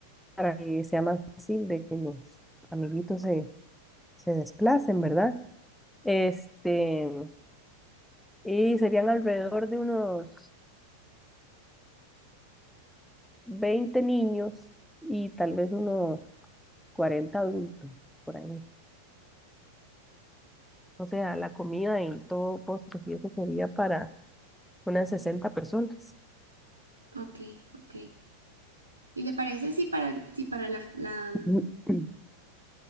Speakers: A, in the centre; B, on the right.
A: para que sea más fácil de que los amiguitos se, se desplacen, ¿verdad? Este, y serían alrededor de unos 20 niños y tal vez unos 40 adultos por ahí. O sea, la comida y todo postres y eso sería para unas 60 personas.
B: Ok, ok. ¿Y le parece si para, si para la, la,
A: <clears throat>
B: mm,